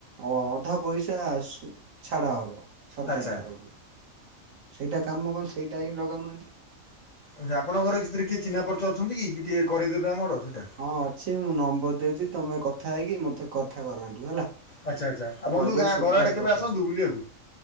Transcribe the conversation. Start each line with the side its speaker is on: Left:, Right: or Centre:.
Right: ଅ ଅଧା ପଇସା ଆ ସ ଛାଡ଼ ହବ। ସରକାର
Left: ଆଚ୍ଛା।
Right: ତରଫରୁ। ସେଇଟା କାମ କଣ ସେଇଟା ହିଁ ଲଗାଉନାହାନ୍ତି।
Left: ଆଚ୍ଛା ଆପଣଙ୍କର ସେଥିରେ କିଏ ଚିହ୍ନା ପରିଚିତ ଅଛନ୍ତି କି, ଟିକେ କରେଇଦେବେ ଆମର। ସେଇଟା
Right: ହଁ ଅଛି ମୁଁ ନମ୍ବର ଦଉଛି। ତମେ କଥା ହେଇକି ମତେ କଥା କରାନ୍ତୁ ହେଲା।
Left: ଆଚ୍ଛା ଆଚ୍ଛା ଆଉ ବନ୍ଧୁ
Right: କହିଦେବି
Left: ଗାଁ
Right: ସୁବିଧାରେ
Left: ଘର ଆଡ଼େ କେବେ
Right: କରିଦେବି
Left: ଆସନ୍ତୁ ବୁଲିବାକୁ